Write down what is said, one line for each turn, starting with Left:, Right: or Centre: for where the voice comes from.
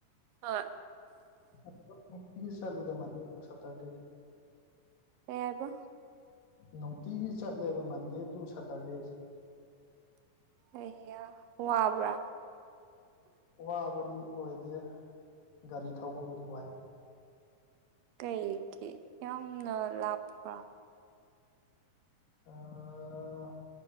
Right: ꯍꯣꯏ
Left: ꯑꯗꯨꯝ ꯅꯨꯡꯇꯤꯒꯤ ꯆꯠꯂꯤꯗ ꯃꯟꯗꯦ ꯇꯨ ꯁꯦꯠꯇꯔꯗꯦ ꯗꯤ
Right: ꯀꯩ ꯍꯥꯏꯕ
Left: ꯅꯨꯡꯇꯤꯒꯤ ꯆꯠꯂꯦꯕ ꯃꯟꯗꯦ ꯇꯨ ꯁꯦꯠꯇꯔꯗꯦꯁꯦ
Right: ꯑꯩꯌꯥ ꯋꯥꯕ꯭ꯔꯥ
Left: ꯋꯥꯕꯗꯤ ꯑꯣꯏꯗꯦ ꯒꯥꯔꯤ ꯊꯧꯕꯕꯨꯗꯤ ꯋꯥꯏ
Right: ꯀꯩꯒꯤ ꯌꯥꯝꯅ ꯂꯥꯞꯄ꯭ꯔꯣ
Left: ꯑꯑꯑꯑꯑ